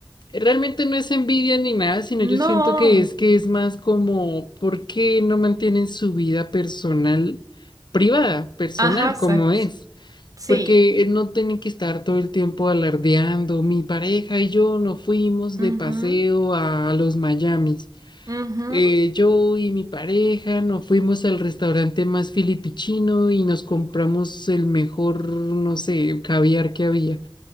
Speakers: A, on the left (about 70°); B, on the right (about 50°).
A: Realmente no es envidia ni nada, sino yo siento
B: No,
A: que es que es más como, ¿por qué no mantienen su vida personal, privada, personal,
B: ajá, exacto,
A: como es?
B: sí,
A: Porque eh, no tienen que estar todo el tiempo alardeando. Mi pareja y yo nos fuimos
B: mhm
A: de paseo a los Miamis.
B: mhm
A: Eh, yo y mi pareja nos fuimos al restaurante más filipichino y nos compramos el mejor, no sé, caviar que había.